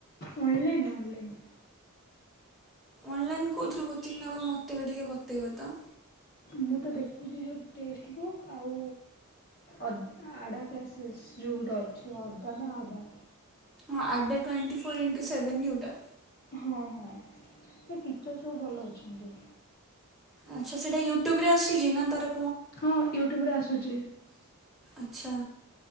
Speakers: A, on the left; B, in the centre.
A: ଅନଲାଇନ୍ ଅନଲାଇନ୍,
B: ଅନଲାଇନ୍ କଉଁଥିରୁ କୋଚିଂ ନେବେ ମୋତେ ବି ଟିକେ ବତେଇବ ତ।
A: ମୁଁ ତ ଦେଖୁଛି ଯେଉଁ ଟେକ୍ସ ବୁକ୍ ଆଉ, ଅ ଆଡ଼ା କ୍ଲାସେସ୍ ଯେଉଗୋଟେ ଅଛି ଆଦା ନା ଆଡ଼ା।
B: ହଁ ଆଦା ଟ୍ୱେଣ୍ଟି ଫୋର ଇଣ୍ଟୁ ସେଭେନ୍ଉଟା।
A: ହଁ ହଁ ଏ ଟିଚର୍ ସବୁ ଭଲ ଅଛନ୍ତି।
B: ଆଚ୍ଛା ସେଇଟାୟୁଟ୍ୟୁବରେ ଆସୁଛି ନା ତାର
A: ହଁ ୟୁଟ୍ୟୁବ ରେ ଆସୁଛି।
B: ଆଛା,